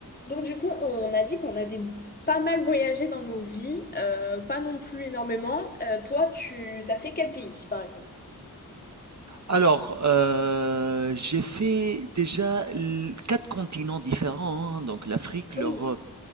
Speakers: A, on the left; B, on the right.
A: Donc du coup, on a dit qu'on avait pas mal voyagé dans nos vies, euh, pas non plus énormément. Euh, toi, tu t'as fait quel pays, par exemple?
B: Alors, heu, j'ai fait déjà l 4 continents différents, hein, donc l'Afrique,
A: Ah
B: l'Europe,
A: oui,